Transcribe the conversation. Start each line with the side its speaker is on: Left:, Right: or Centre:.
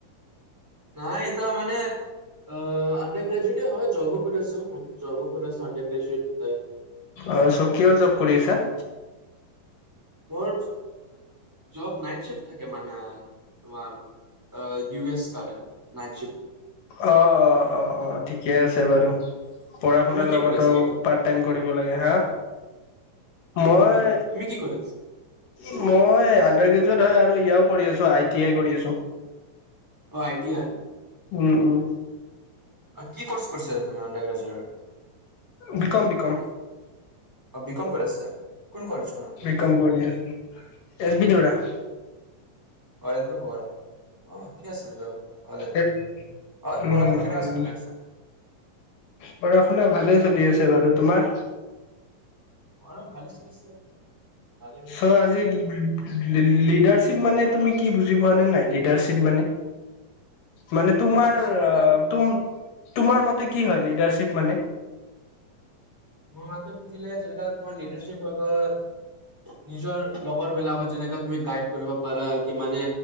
Centre: নাই এইটা মানে অ' আণ্ডাৰ গ্ৰেজুৱেটে হয় জবক কৰি আছো মান জবও কৰি আছো আণ্ডাৰ গ্ৰট দুটাই
Left: অ' চ কিহৰ জব কৰি আছা?
Centre: মোৰ জব নাইট চিফট থাকে মানে। তোমাৰ আ ইউ এচ ক নাইটছিফ
Left: অ', অ', অ', অ', অ' ঠিকে আছে বাৰু। পঢ়া
Centre: তুমি
Left: শুনাৰ
Centre: কি
Left: লগতো
Centre: কৰি আছা এতিয়া
Left: পাৰ্ট টাইম কৰিব লাগে হা।
Centre: অ'
Left: মই
Centre: এতিয়া তুমি কি কৰি আছ?
Left: মই আনডাৰ গ্ৰেজুৱেট হয় আৰু ইয়ও কৰি আছো আই টি আই কৰি আছো।
Centre: অ' আই টি আই।
Left: উম, উম।
Centre: আ কি কৰ্চ কৰিছা তুমাৰ আণ্ডাৰ গ্ৰেজুৱেট?
Left: BCom BCom.
Centre: অ' বিকম কৰি আছে, কোন কলেজখনত?
Left: বিকম কৰি আছো, এছ বি দেউৰা।
Centre: অ এল পি পঢ়া, অ ঠিক আছে <unintelligible> ভালে,
Left: এ-
Centre: অৰ
Left: উম
Centre: পঢ়া - শুন কেনেকা
Left: উম
Centre: চলি আছে?
Left: পঢ়া - শুনা ভালেই চলি আছে বাৰু তোমাৰ?
Centre: মৰ ভালে চলিছে, ভালে হৈ
Left: চ আজি লি লি লিডাৰশ্বিপ মানে তুমি কি বুজি পোৱা নে নাই লিডাৰশ্বিপ মানে মানে তোমাৰ
Centre: লিডাৰশ্বিপ মানে
Left: আ তুম তোমাৰ মতে কি হয় লিডাৰশ্বিপ মানে?
Centre: মোৰ মাততে খুজিলে যেনেকা তোমাৰ লিডাৰশিপ হয় গল নিজৰ লগৰবিলাকত যেনেকা তুমি গাইড কৰিব পাৰা কি মানে